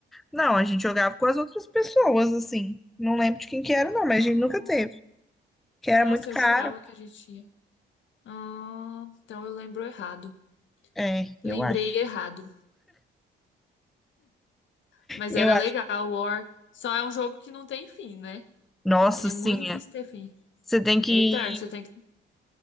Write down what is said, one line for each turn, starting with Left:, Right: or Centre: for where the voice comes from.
Centre: Não, a gente jogava com as outras pessoas, assim. Não lembro de quem que era,
Left: Ah,
Centre: não, mas a gente nunca teve. Que era
Left: Nossa,
Centre: muito caro.
Left: eu jurava que a gente tinha. Ah, então eu lembro errado.
Centre: É, eu
Left: Lembrei
Centre: acho.
Left: errado. Mas
Centre: Eu
Left: era
Centre: acho.
Left: legal, War. Só é um jogo que não tem fim, né?
Centre: Nossa,
Left: É
Centre: sim.
Left: muito difícil
Centre: é.
Left: ter fim.
Centre: Você tem que
Left: É eterno. Você tem que,